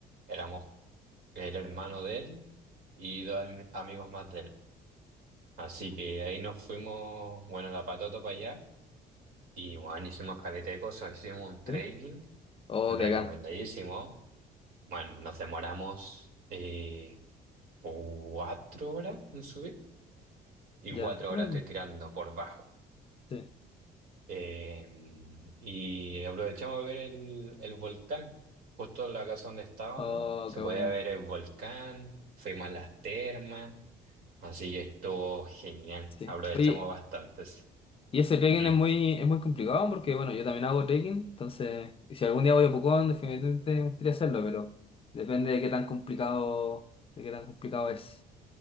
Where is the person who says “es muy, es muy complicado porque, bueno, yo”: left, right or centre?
Left